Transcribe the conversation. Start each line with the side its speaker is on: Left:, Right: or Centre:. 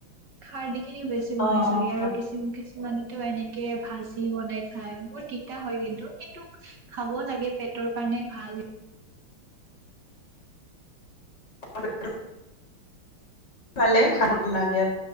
Right: খাৰ দিখিনি বেছি বনাই
Left: অ
Right: চাগে আৰু
Left: হয়
Right: দিচিম কিচ কিছুমানেতো এনেকে ভাজি বনাই খাই। বহুত তিতা হয় কিন্তু -কিন্তু খাব লাগে পেটৰ কাৰণে ভাল।
Left: <unintelligible> পালে খাবতো লাগে আৰ